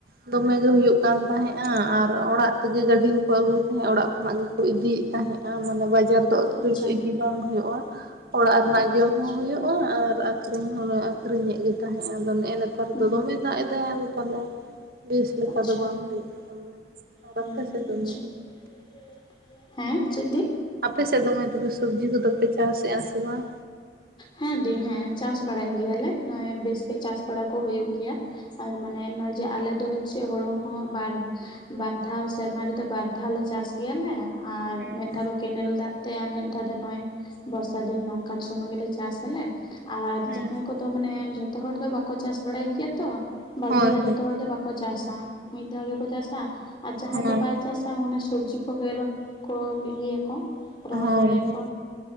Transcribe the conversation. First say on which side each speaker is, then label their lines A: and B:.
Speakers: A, on the right (about 55°); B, on the left (about 25°).
A: ᱫᱚᱢᱮ ᱜᱮ ᱦᱩᱭᱩᱜ ᱠᱟᱱ ᱛᱟᱦᱮᱸᱫᱼᱟ ᱟᱨ ᱚᱲᱟᱜ ᱛᱮᱜᱮ ᱜᱟᱹᱰᱤ ᱦᱚᱸᱠᱚ ᱟᱹᱜᱩᱭ ᱛᱟᱦᱮᱸᱫ ᱚᱲᱟᱜ ᱠᱷᱚᱱᱟᱜ ᱜᱮ ᱠᱚ ᱤᱫᱤᱭᱮᱫ ᱛᱟᱦᱮᱸᱜᱼᱟ ᱢᱟᱱᱮ ᱵᱟᱡᱟᱨ ᱫᱚ ᱟᱹᱠᱷᱨᱤᱧ
B: ᱟᱪᱪᱷᱟ
A: ᱫᱚ ᱤᱫᱤ ᱵᱟᱝ ᱦᱩᱭᱩᱜᱼᱟ ᱚᱲᱟᱜ ᱨᱮᱱᱟᱜ
B: ᱟᱪᱪᱷᱟ
A: ᱡᱚᱢ
B: ᱟᱪᱪᱷᱟ
A: ᱦᱚᱸ ᱦᱳᱭᱳ ᱟ ᱟᱨ ᱟᱠᱷᱨᱤᱧ ᱦᱚᱸᱞᱮ ᱟᱠᱷᱨᱤᱧᱮᱫ ᱜᱮ ᱛᱟᱦᱮᱸᱜᱼᱟ ᱟᱫᱚ ᱱᱮᱜᱼᱮ ᱱᱮᱛᱟᱨ
B: ᱦᱩᱸ
A: ᱫᱚᱢᱮ ᱫᱟᱜ ᱮᱫᱟᱭ ᱟᱫᱚ ᱛᱟᱦᱞᱮ ᱵᱮᱥ ᱞᱮᱠᱟ
B: ᱟᱪᱪᱷᱟ
A: ᱫᱚ ᱵᱟᱝ ᱦᱩᱭᱩᱜ ᱛᱟᱢᱟ
B: ᱦᱩᱸ
A: ᱟᱯᱮ ᱥᱮᱫ ᱫᱚ
B: ᱟᱪᱪᱷᱟ
A: <unintelligible>
B: <unintelligible> ᱦᱮᱸ ᱪᱮᱫ ᱫᱤ?
A: ᱟᱯᱮ ᱥᱮᱫ ᱫᱚ ᱢᱟᱹᱭ ᱛᱚᱵᱮ ᱥᱚᱵᱽᱡᱤ ᱠᱚᱫᱚᱯᱮ ᱪᱟᱥᱮᱫᱼᱟ ᱥᱮ ᱵᱟᱝ?
B: ᱦᱮᱸ ᱫᱤ ᱦᱮᱸ ᱪᱟᱥ ᱵᱟᱲᱟᱭ ᱜᱮᱭᱟᱞᱮ ᱱᱚᱜᱼᱚᱭ ᱵᱮᱥ ᱜᱮ ᱪᱟᱥ ᱵᱟᱲᱟ ᱠᱚ ᱦᱳᱭᱳᱜ ᱜᱮᱭᱟ ᱟᱨ ᱢᱟᱱᱮ ᱱᱚᱜᱼᱚᱭ ᱡᱮ ᱟᱞᱮ ᱫᱚ ᱦᱚᱪᱪᱷᱮ ᱦᱳᱲᱳ ᱦᱚᱸ ᱵᱟᱨ ᱵᱟᱨ ᱫᱷᱟᱣ ᱥᱮᱨᱢᱟ ᱨᱮᱫᱚ ᱵᱟᱨ ᱫᱷᱟᱣ ᱞᱮ ᱪᱟᱥ ᱜᱮᱭᱟᱞᱮ ᱟᱨ
A: ᱦᱮᱸ
B: ᱢᱤᱫ
A: ᱦᱮᱸ
B: ᱫᱷᱟᱣ ᱫᱚ ᱠᱮᱱᱮᱞ ᱫᱟᱜ ᱛᱮ ᱟᱨ ᱢᱤᱫ ᱫᱷᱟᱣ ᱫᱚ ᱱᱚᱜᱼᱚᱭ ᱵᱚᱨᱥᱟ ᱫᱤᱱ ᱱᱚᱝᱠᱟᱱ ᱥᱚᱢᱚᱭ ᱜᱮᱞᱮ ᱪᱟᱥ ᱟᱞᱮ ᱟᱨ
A: ᱦᱮᱸ
B: ᱡᱟᱦᱟᱸᱭ
A: ᱦᱮᱸ
B: ᱠᱚᱫᱚ ᱢᱟᱱᱮ ᱡᱷᱚᱛᱚ ᱦᱚᱲ ᱫᱚ ᱵᱟᱠᱚ ᱪᱟᱥ ᱵᱟᱲᱟᱭ ᱜᱮᱭᱟ ᱛᱚ ᱵᱟᱨ
A: ᱦᱳᱭ
B: ᱫᱷᱟᱣ ᱫᱚ
A: ᱦᱳᱭ
B: ᱡᱷᱚᱛᱚ ᱦᱚᱲ ᱫᱚ ᱵᱟᱠᱚ ᱪᱟᱥᱟ ᱢᱤᱫ ᱫᱷᱟᱣ ᱜᱮᱠᱚ ᱪᱟᱥᱟ ᱟᱨ ᱡᱟᱦᱟᱸᱭ
A: ᱦᱳᱭ
B: ᱫᱚ ᱵᱟᱭ ᱪᱟᱥ ᱚᱱᱮ ᱢᱟᱱᱮ ᱥᱚᱵᱽᱡᱤ ᱠᱚᱜᱮᱞᱚ ᱠᱚ ᱤᱭᱟᱹ ᱠᱚ ᱨᱚᱦᱚᱭ
A: ᱦᱳᱭ
B: ᱵᱟᱲᱟᱭᱟᱠᱚ
A: ᱦᱳᱭ